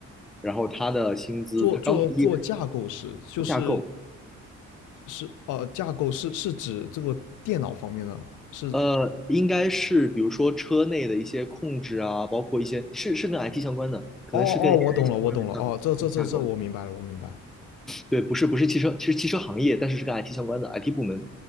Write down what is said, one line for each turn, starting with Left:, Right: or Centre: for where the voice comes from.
Centre: 然后他的薪资他刚毕业
Left: 做做做架构师，就是
Centre: 够。
Left: 是呃，架构是是指这个电脑方面的，是
Centre: 呃，应该是比如说车内的一些控制啊，包括一些是是跟 IT 相关的，可能是跟
Left: 哦哦，
Centre: AI
Left: 我懂了，
Centre: 相关的架构架构。
Left: 我懂了，哦，这这这这我明白了，我明白了。
Centre: 对，不是不是汽车，其实汽车行业，但是是跟 IT 相关的 IT 部门。